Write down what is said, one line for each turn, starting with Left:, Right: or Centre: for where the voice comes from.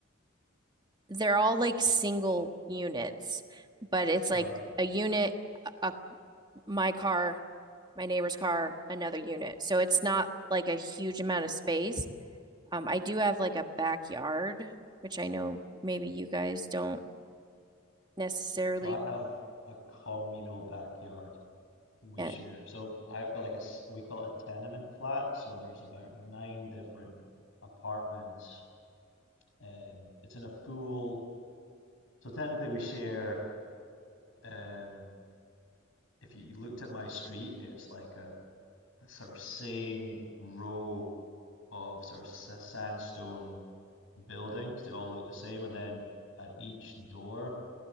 Right: they're all like single units, but it's like
Left: right.
Right: a unit, a my car, my neighbor's car, another unit. So it's not like a huge amount of space. Um, I do have like a backyard, which I know maybe you guys don't necessarily
Left: So I have a communal backyard we
Right: get.
Left: share. So I've got like a s- we call it a tenement flat. So there's about nine different apartments. Um, it's in a full. So technically we share. Um, if you, you looked at my street, it's like a sort of same row of sort of s- sandstone buildings. They all look the same, and then at each door